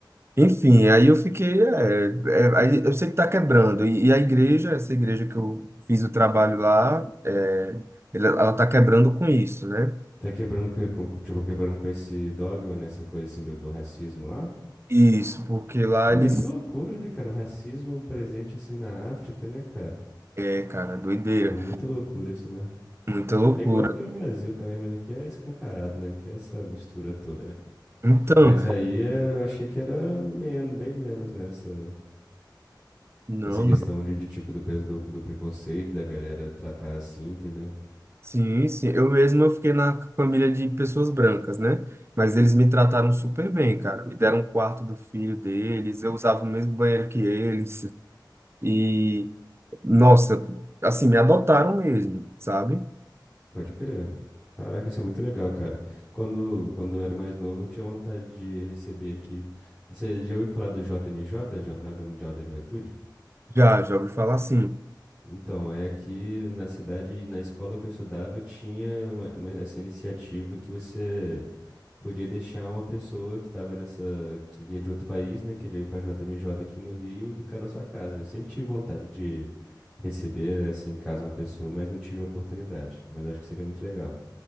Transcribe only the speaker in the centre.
Tá quebrando que- com, tipo, quebrando com esse dogma, né? Essa coisa assim do, do racismo lá.
Pô,
mas que loucura, né, cara? O racismo presente assim na África, né, cara?
É muita loucura isso, né?
É igual aqui no Brasil também, mas aqui é escancarado, né? Aqui é essa mistura toda, né?
Mas aí é, eu achei que era menos, bem menos, né? Essa,
essa questão de, de tipo do, pe- do, do preconceito, da galera tratar assim, entendeu?
Pode crer. Caraca, isso é muito legal, cara. Quando, quando eu era mais novo, eu tinha vontade de receber aqui. Você já ouviu falar do JMJ, Jornada Mundial da Juventude?
Então, é aqui na cidade, na escola que eu estudava, tinha uma- uma- essa iniciativa que você podia deixar uma pessoa que estava nessa, que vinha de outro país, né, que veio para JMJ aqui no Rio, ficar na sua casa. Eu sempre tive vontade de receber, né, assim, em casa uma pessoa, mas não tive a oportunidade. Mas acho que seria muito legal.